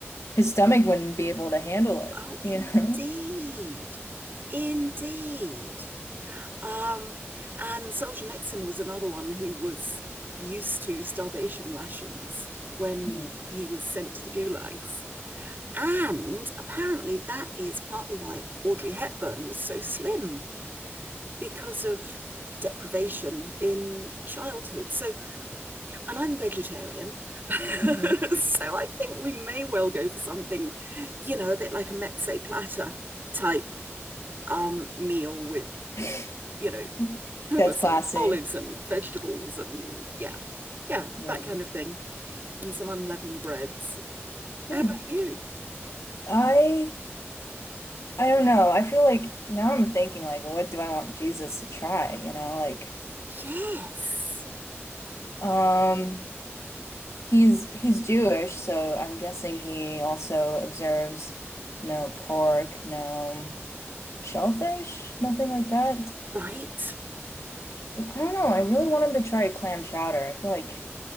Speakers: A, on the left (about 85°); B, on the right (about 45°).
A: his stomach wouldn't be able to handle it,
B: Oh,
A: you
B: indeed.
A: know? <laughs>
B: Indeed. Um, and Solzhenitsyn was another one who was used to starvation rations when
A: Mm.
B: he was sent to the gulags. And apparently, that is partly why Audrey Hepburn was so slim because of deprivation in childhood. So, and I'm vegetarian. <laughs> so
A: hmm
B: I think we may well go for something, you know, a bit like a mezze platter type um, meal with,
A: <laughs>
B: you know, hummus
A: That's classy.
B: and olives and vegetables and yeah, yeah,
A: Yeah.
B: that kind of thing. And some unleavened breads.
A: Hmm.
B: How about you?
A: I I don't know. I feel like now I'm thinking like what do I want Jesus to try, you know? Like
B: Yes.
A: um he's he's Jewish, so I'm guessing he also observes no pork, no shellfish, nothing like that.
B: Right.
A: But I don't know. I really want him to try clam chowder. I feel like,